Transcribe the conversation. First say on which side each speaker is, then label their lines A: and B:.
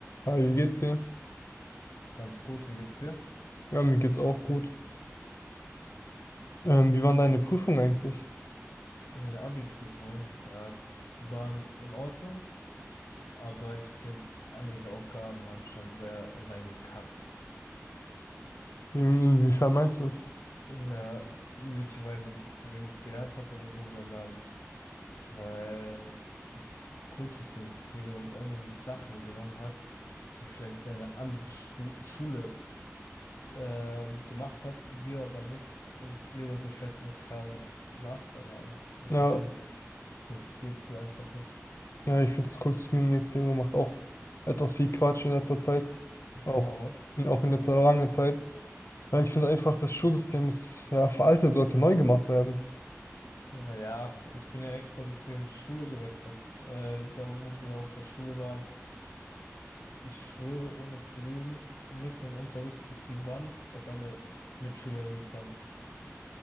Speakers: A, on the left; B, on the left.
A: Hi, wie geht's dir?
B: Ganz gut, wie geht's dir?
A: Ja, mir geht's auch gut. Ähm, wie waren deine Prüfungen eigentlich?
B: Meine Abi-Prüfungen, ja, die waren in Ordnung, aber ich finde, einige Aufgaben haben schon sehr reingekackt.
A: Wie- Inwiefern meinst du es?
B: Ja, nicht, weil ich zu wenig gelernt habe oder so, sondern weil das Kultusministerium irgendwie Sachen genommen hat, die vielleicht eine andere Stu Schule ähm, gemacht hat, wir aber nicht und wir dadurch halt einen klaren Nachteil haben. Ich
A: Ja,
B: finde, das geht so einfach nicht.
A: ja, ich finde das Kultusministerium macht auch etwas viel Quatsch in letzter Zeit. Auch
B: Aber.
A: in, auch in letzter lange Zeit. Ja, ich finde einfach, das Schulsystem ist ja veraltet, sollte neu gemacht werden.
B: Ja, ich bin ja extra deswegen Schule gewechselt, weil da, wo wir auf der Schule waren, ich schwöre, ohne zu lügen, mitten im Unterricht ist die Wand auf eine Mitschülerin gefallen,